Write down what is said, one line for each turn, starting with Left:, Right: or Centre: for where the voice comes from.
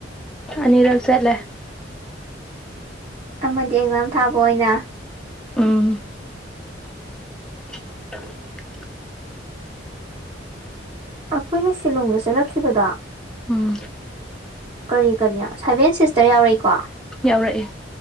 Centre: ꯑꯅꯤꯔꯛ ꯆꯠꯂꯦ꯫
Right: ꯑꯃꯗꯤ ꯑꯦꯛꯖꯥꯝ ꯊꯥꯕ ꯑꯣꯏꯅ꯫
Centre: ꯎꯝ꯫ <unintelligible>
Right: ꯑꯈꯣꯏꯅ ꯁꯤꯂꯣꯡꯒ ꯆꯠꯂꯛꯈꯤꯕꯗꯣ
Centre: ꯎꯝ
Right: ꯀꯔꯤ ꯀꯔꯤ ꯁꯚꯦꯟ ꯁꯤꯁꯇꯔ ꯌꯥꯎꯔꯤꯀꯣ꯫
Centre: ꯌꯥꯎꯔꯛꯑꯦ꯫